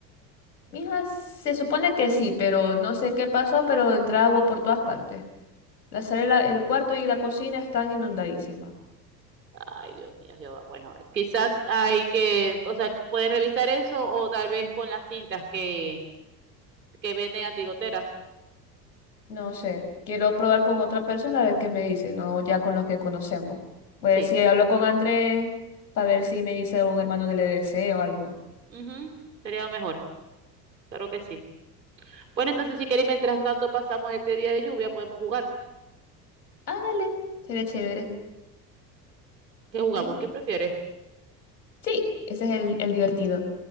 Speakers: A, on the left; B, on the right.
A: Mija, se supone que sí, pero no sé qué pasó, pero entra agua por todas partes. La sala, el cuarto y la cocina están inundadísimas.
B: Ay, Dios mío, Jehová. Bueno, es- quizás hay que, o sea, pueden revisar eso o tal vez con las cintas que, que venden a Tigotera.
A: No sé. Quiero probar con otra persona a ver qué me dice, no ya con los que conocemos. Voy
B: Sí.
A: a decir, hablo con Andrés para ver si me dice un hermano del E D. C. o algo.
B: Ujú, Sería lo mejor. Claro que sí. Bueno, entonces si queréis, mientras tanto pasamos este día de lluvia, podemos jugar.
A: Ah, dale. Sería chévere.
B: ¿Qué jugamos?
A: Sí,
B: ¿Qué prefieres?
A: Sí, ese es el, el divertido.